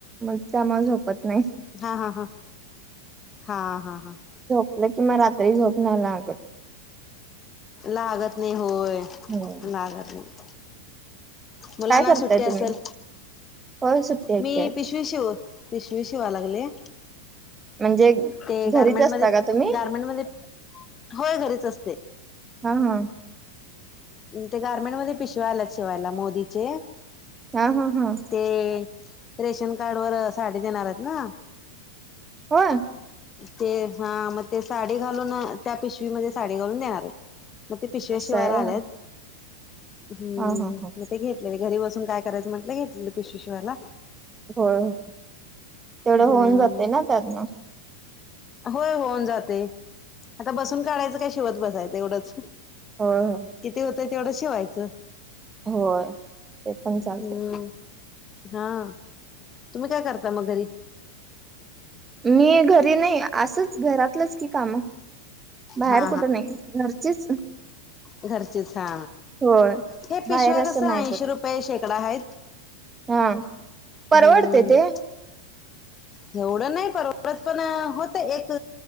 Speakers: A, on the right; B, on the left.
A: मग त्यामुळे झोपत नाही.
B: हा हा हा, हा हा हा हा.
A: आले की मग रात्री झोप नाही लागत.
B: लागत नाही होय,
A: हम्म.
B: लागत नाही. मुलांना
A: काय करताय
B: सुट्टी असल.
A: तुम्ही होय सुट्टी आहे
B: मी
A: की आज
B: पिशवी शिव, पिशवी शिवा लागलीये.
A: म्हणजे
B: ते गारमेंटमध्ये
A: घरीच असता का तुम्ही
B: गारमेंटमध्ये. होय घरीच असते.
A: हा हा.
B: ते गार्मेंट मध्ये पिशव्या आल्यात शिवायला मोदीचे.
A: हा हा ह.
B: ते रेशन कार्ड वर साडी देणार आहेत ना.
A: होय
B: ते हा मग ते साडी घालून, त्या पिशवीमध्ये साडी घालून देणार आहेत. मग ते पिशव्या
A: असं
B: शिवायला
A: आहे होय.
B: आलेयेत. हम्म
A: हा हा हा
B: मग ते घेतलेले, घरी बसून काय करायचं म्हटलं घेतलेले पिशवी शिवायला.
A: होय होय तेवढं
B: हम्म.
A: होऊन जाते ना त्यातनं.
B: होय होऊन जाते आता बसून काडायचं काय शिवत एवढंच.
A: होय होय.
B: किती होतंय तेवढं शिवायचं
A: होय ते पण चालते
B: हम्म. हा तुम्ही काय करता मग घरी?
A: मी घरी नाई असंच घरातलंच की कामं. बाहेर
B: हा
A: कुठं नाय घरचीच.
B: घरचीच हा
A: होय
B: हे पिशव्या
A: बाहेर असं
B: कसं
A: नाही
B: ऐंशी
A: कुठ
B: रुपये शेकडा हायत.
A: हा परवडते
B: हम्म.
A: ते
B: एवढं नाय परवडत पण होतं एक